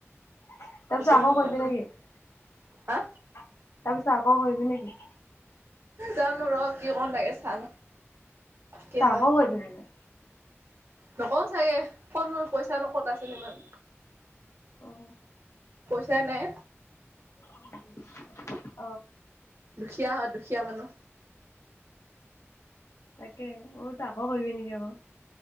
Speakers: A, on the left (about 80°); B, on the right (about 55°).
A: তাৰ
B: বেছি
A: পিছত আকৌ
B: দিন হোৱা
A: কৰীবি
B: নাই
A: না কি তাৰ
B: হা
A: পিছত আকৌ কৰিবি নেকি?
B: জানো ৰ কি কও তাকে চাই লওঁ। কি
A: তই
B: হয়
A: আকৌ কৰিবি নেকি?
B: নকওঁ চাগে কটনো পইচানো কত আছে নো ইমান?
A: অ',
B: পইচাই নাই।
A: <inaudible>
B: দুখীয়া হয় দুখীয়া মানুহ।
A: তাকে মোৰতো আকৌ কৰিবি নেকি আকৌ?